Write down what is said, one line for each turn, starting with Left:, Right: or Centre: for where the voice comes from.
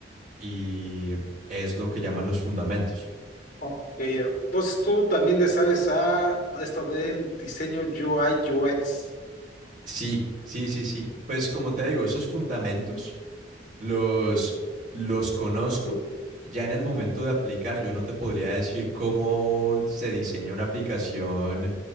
Right: y es lo que llaman los fundamentos.
Left: Ok, entonces tú también le sabes a esto de diseño UI UX,
Right: Sí, sí, sí, sí. Pues como te digo, esos fundamentos los, los conozco. Ya en el momento de aplicar, yo no te podría decir cómo se diseña una aplicación,